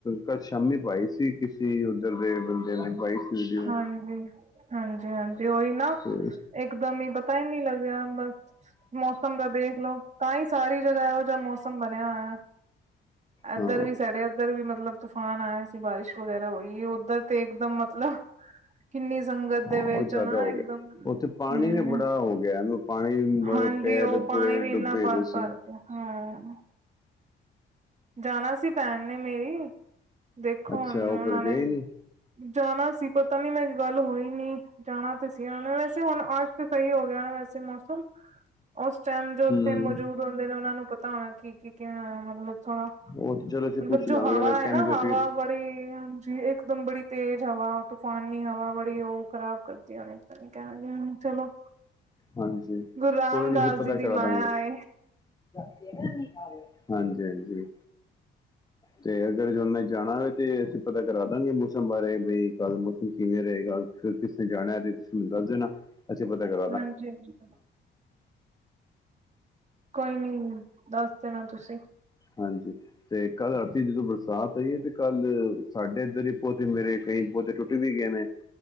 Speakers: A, on the left; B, on the right.
A: ਕੱਲ ਸ਼ਾਮੀ ਪਾਈ ਸੀ, ਕਿਸੇ ਉੱਧਰ ਦੇ ਬੰਦੇ ਨੇ ਪਾਈ ਸੀ। ਵੀਡੀਓ
B: ਹਾਂਜੀ-ਹਾਂਜੀ, ਹਾਂਜੀ ਉਹੀ ਨਾ
A: ਤੇ
B: ਇਕਦਮ ਹੀ ਪਤਾ ਹੀ ਨਹੀ ਲਗਿਆ ਬਸ ਮੌਸਮ ਦਾ ਦੇਖ ਲੋ, ਤਾਂ ਹੀ ਸਾਰੀ ਜਗਹ ਇਹੋ ਜਿਹਾ ਮੌਸਮ ਬਣਿਆ ਹੋਇਆ। ਏਧਰ
A: ਹਾਂ
B: ਵੀ ਸਾਡੇ ਏਧਰ ਵੀ ਮਤਲਬ ਤੂਫਾਨ ਆਯਾਂ ਸੀ ਬਾਰਿਸ਼ ਵਗੈਰਾ ਹੋਈ ਉੱਧਰ ਤੇ ਇਕਦਮ ਮਤਲਬ ਕਿੰਨੀ ਸੰਗਤ
A: ਹਾਂ
B: ਦੇ
A: ਉਹ
B: ਵਿੱਚ
A: ਜ਼ਿਆਦਾ
B: ਨਾ
A: ਹੋ
B: ਇਕਦਮ,
A: ਗਿਆ ਉੱਥੇ ਪਾਣੀ
B: ਹਮ
A: ਵੀ ਬੜਾ ਹੋ ਗਿਆ ਇਹਨੂੰ ਪਾਣੀ ਮਤਲਬ
B: ਹਾਂਜੀ,
A: ਪੈਰ
B: ਉਹ ਪਾਣੀ
A: ਪੂਰੇ
B: ਵੀ
A: ਡੁੱਬੇ
B: ਇਨਾ ਭਰ
A: ਹੋਏ ਸੀ
B: <unintelligible> ਹਮ ਜਾਣਾ ਸੀ ਭੈਣ ਨੇ ਮੇਰੀ, ਦੇਖੋ
A: ਅੱਛਾ
B: ਹੁਣ
A: ਉਹ
B: ਉਹਨਾ
A: ਫਿਰ
B: ਨੇ
A: ਗਏ ਨੀ
B: ਜਾਣਾ ਸੀ ਪਤਾ ਨੀ ਮੇਰੀ ਗੱਲ ਹੋਈ ਨੀ। ਜਾਣਾ ਤਾਂ ਸੀ, ਉਹਨਾਂ ਨੇ ਵੈਸੇ ਹੁਣ ਅੱਜ ਤੇ ਸਹੀ ਹੋ ਗਿਆ ਹੋਨਾ ਵੈਸੇ ਮੌਸਮ। ਉਸ ਟਾਈਮ ਜੋ ਉੱਥੇ
A: ਹੂੰ
B: ਮੌਜੂਦ ਹੁੰਦੇ ਨੇ, ਉਹਨਾ ਨੂੰ ਪਤਾ ਹੋਣਾ ਕੀ ਕੀ ਕਿਵੇਂ ਮਤਲਬ ਮਤਲਬ
A: ਉਹ ਤੇ ਚਲੋ ਅਸੀਂ ਪੁੱਛ
B: ਜੋ
A: ਲਾਂਗੇ
B: ਹਵਾ ਹੈ,
A: ਕਹਿੰਦੇ
B: ਨਾ
A: ਹੋ
B: ਹਵਾ।
A: ਤੁਸੀਂ।
B: ਬੜੀ ਹਾਂਜੀ, ਇਕਦਮ ਬੜੀ ਤੇਜ਼ ਹਵਾ ਤੂਫਾਨੀ ਹਵਾ ਬੜੀ ਉਹ ਖਰਾਬ ਕਰਦੀਆਂ ਨੇ। ਕਹਿਣਗੇ ਹੁਣ ਚਲੋ
A: ਹਾਂਜੀ
B: ਗੁਰੂ ਰਾਮਦਾਸ
A: ਕੋਈ ਨੀ ਅਸੀਂ ਪਤਾ
B: ਜੀ ਦੀ
A: ਕਰਾ
B: ਮਾਇਆ
A: ਦਾਂਗੇ
B: ਏ।
A: ਹਾਂਜੀ ਹਾਂਜੀ। ਤੇ ਅਗਰ ਉਹਨੇ ਜਾਣਾ ਹੋਵੇ ਤੇ ਅਸੀਂ ਪਤਾ ਕਰਾ ਦਾਂਗੇਗੇ ਮੌਸਮ ਬਾਰੇ, ਬਈ ਕੱਲ ਮੌਸਮ ਕਿਵੇਂ ਰਹੇਗਾ। ਜੇ ਤੁਸੀਂ ਜਾਣਾ ਤੇ ਤੁਸੀਂ ਮੈਨੂੰ ਦਸ ਦੇਨਾ। ਅਸੀ ਪਤਾ ਕਰ ਦਾ ਗੇਂ <unintelligible>
B: ਹਾਂਜੀ ਹਾਂਜੀ। ਕੋਈ ਨੀ, ਦੱਸ ਦੇਣਾ ਤੁਸੀਂ।
A: ਹਾਂਜੀ। ਤੇ ਕੱਲ੍ਹ ਰਾਤੀ ਜਦੋਂ ਬਰਸਾਤ ਆਈ ਹੈ ਤੇ ਕੱਲ ਸਾਡੇ ਇੱਧਰ ਹੀ ਪੌਦੇ ਮੇਰੇ ਕਈ ਪੌਦੇ ਟੁੱਟ ਵੀ ਗਏ ਨੇ।